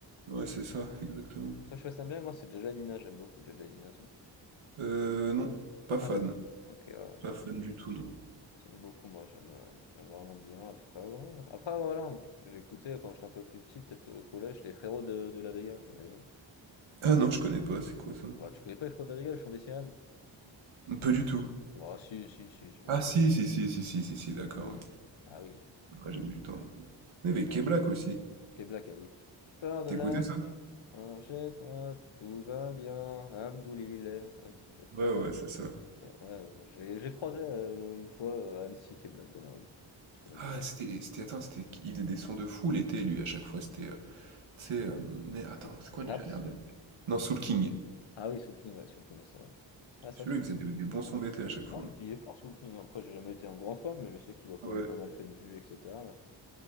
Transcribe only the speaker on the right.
Ouais, c'est ça, exactement.
Euh, non, pas fan.
Pas
fan
du tout, non.
Ah non, je connais pas, c'est quoi ça?
Pas du tout.
Ah
si, si, si, si, si, si, si, d'accord,
oui.
Ah,
j'aime
du temps. Mais avec
Keblak aussi.
T'écoutais
ça?
Ouais, ouais, c'est ça.
Ah, c'était... les- c'était... Attends, c'était... qui- Il faisait des sons de fou l'été, lui, à chaque fois, c'était... euh, C'est, heu, mais attends,
c'est quoi
déjà l'air de la non, Soul King.
Celui-là,
il faisait
des des bons sons d'été à chaque fois.
Ouais.